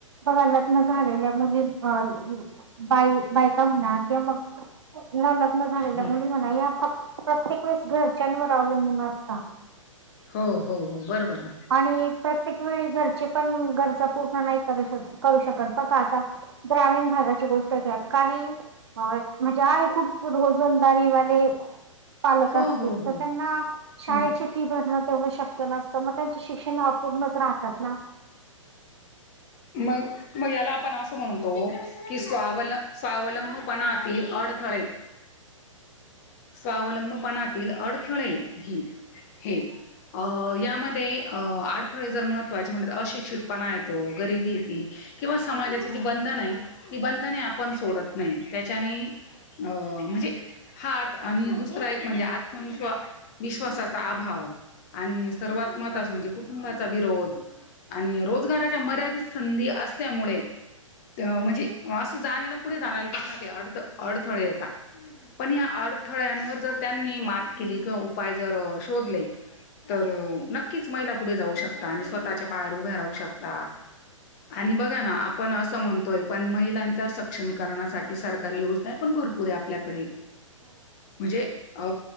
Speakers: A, on the right (about 55°); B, on the left (about 30°).
A: बघा लग्न झालेल्या मुली बाई बायका म्हणा किंवा मग न लग्न झालेलं
B: हम्म.
A: मुली म्हणा या फक्त प्रत्येक वेळेस घरच्यांवर आवलंबून अस टाक
B: हो हो हो बरोबर ना
A: आणि प्रत्येक वेळी घर ची पण गरजा पूर्ण नाही करू शक करू शकत ब आता ग्रामीण भागाची गोष्ट काही होय म्हणजे आहे खूप रोजंदारीवाले पालक
B: हो
A: असतील
B: हो हो
A: तर त्यांना
B: हम्म.
A: शाळेची फी भरन तेवढ शक्य नसत मग त्यांच शिक्षण अपूणच राहतात ना
B: मग मग याला आपण असं म्हणतो की स्वावल स्वावलं पणातील अडथळे स्वावलंबपणातील अड थळे ही हे अ यामध्ये अ अडथळे जर महत्वाचे म्हणल तर अशिक्षित पानायेतो गरीबी किंवा समाजाची जी बंधन आहे ती बंधने आपण सोडत नाही. त्याने अ म्हणजे हा अर्थ आणि दुसरा एक म्हणजे आत्मविश्वा विश्वासाचा अभाव आणि सर्वात महत्वाचं म्हणजे कुटुंबाचा विरोध आणि रो रोजगाराच्या मर्यादित संधी असल्यामुळे म्हणजे असं जाण्याला पुढे जाण्यालाना ते अडथ अडथळे येता पण या अडथळ्यांवर जर त्यांनी मात केली किंवा उपाय जर शोधले तर नक्कीच महिला पुढे जाऊ शकता आणि स्वतःच्या पायावर उभ्या राहू शकता आणि बघा ना आपण असं म्हणतोय पण महिलांच्या सक्षमीकरणासाठी सरकारी योजना पण भरपूर आहे आपल्याकडे म्हणजे अ